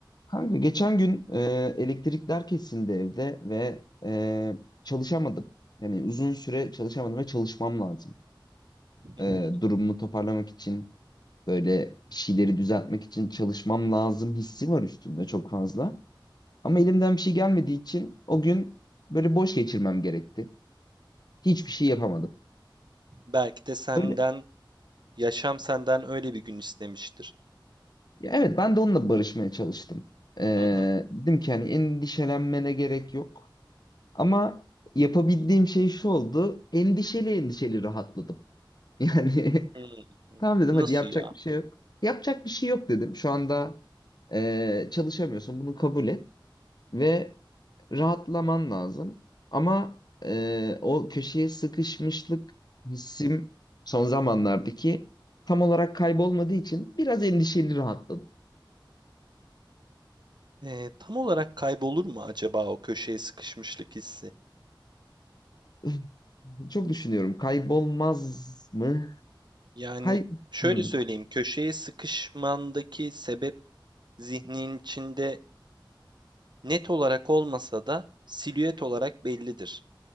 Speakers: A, on the left; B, on the right.
A: Kanka geçen gün e, elektrikler kesildi evde ve e, çalışamadım. Yani uzun süre çalışamadım ve çalışmam lazım.
B: Hı
A: E,
B: hı.
A: durumumu toparlamak için böyle bir şeyleri düzeltmek için çalışmam lazım hissi var üstümde çok fazla. Ama elimden bir şey gelmediği için o gün böyle boş geçirmem gerekti. Hiçbir şey yapamadım.
B: Belki de senden,
A: Böyle,
B: yaşam senden öyle bir gün istemiştir.
A: ya evet ben de onunla barışmaya çalıştım. E,
B: Hı hı.
A: dedim ki hani endişelenmene gerek yok. Ama yapabildiğim şey şu oldu. Endişeli endişeli rahatladım. <laughs> Yani
B: Hımm.
A: tamam dedim
B: Nasıl
A: hadi yapacak
B: ya?
A: bir şey yok. Yapacak bir şey yok dedim. Şu anda e, çalışamıyorsun bunu kabul et ve rahatlaman lazım. Ama e, o köşeye sıkışmışlık hissim son zamanlardaki tam olarak kaybolmadığı için biraz endişeli rahatladım.
B: Eee, tam olarak kaybolur mu acaba o köşeye sıkışmışlık hissi?
A: <laughs> Üf, Çok düşünüyorum kaybolmaz mı?
B: Yani
A: Kay...
B: şöyle
A: Hmm.
B: söyleyeyim, köşeye sıkışmandaki sebep zihnin içinde Net olarak olmasa da silüet olarak bellidir,